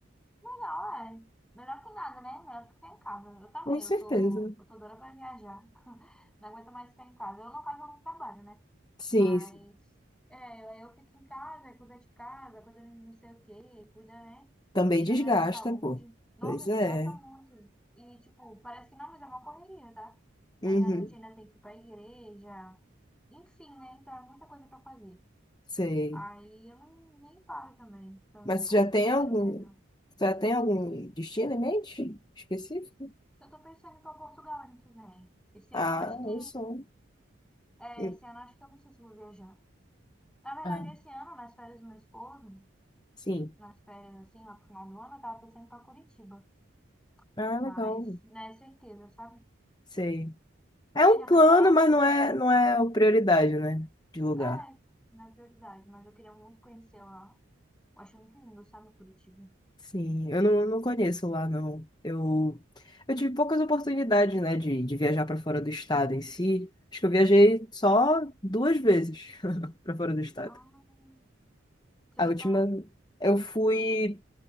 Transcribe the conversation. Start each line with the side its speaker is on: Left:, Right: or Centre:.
Centre: Legal, é. Melhor que nada, né? Melhor do que ficar em casa. Eu também,
Left: Com certeza.
Centre: eu tô, eu tô doida pra viajar. Não aguento mais ficar em casa. Eu, no caso, eu não trabalho, né?
Left: Sim,
Centre: Mas
Left: sim.
Centre: é, aí eu fico em casa, aí cuido de casa, cuido de não sei o quê, cuida, né?
Left: Também
Centre: Cuidando
Left: desgasta,
Centre: da minha saúde.
Left: pô.
Centre: Nossa,
Left: Pois
Centre: desgraça
Left: é.
Centre: muito. E, tipo, parece que não, mas é uma correria, tá? Aí
Left: Uhum.
Centre: à noite ainda tem que ir pra igreja. Enfim, né? Então é muita coisa pra fazer.
Left: Sei.
Centre: Aí eu não, nem paro também. Então,
Left: Mas
Centre: tipo,
Left: você já
Centre: eu tô
Left: tem
Centre: tentando
Left: algum,
Centre: viajar.
Left: você já tem algum destino em mente específico?
Centre: Eu tô pensando em ir pra Portugal ano que vem. Esse
Left: Ah,
Centre: ano eu acho que.
Left: eu sou.
Centre: É,
Left: Hum.
Centre: esse ano eu acho que eu não sei se eu vou viajar. Na verdade,
Left: Ah,
Centre: esse ano, nas férias do meu esposo,
Left: sim.
Centre: nas férias assim, lá pro final do ano, eu tava pensando em ir pra Curitiba.
Left: Ah,
Centre: Mas
Left: legal.
Centre: não é certeza, sabe?
Left: Sei. É
Centre: Você
Left: um
Centre: já
Left: plano,
Centre: foi pra lá?
Left: mas não é, não é a prioridade, né? De lugar.
Centre: É, não é prioridade, mas eu queria muito conhecer lá. Eu acho muito lindo, sabe, Curitiba.
Left: Sim, eu não, não conheço lá, não. Eu, eu tive poucas oportunidades, né, de, de viajar para fora do estado em si. Acho que eu viajei só duas vezes <laughs> para fora do estado.
Centre: Ah, você
Left: A
Centre: foi
Left: última,
Centre: pra onde?
Left: eu fui,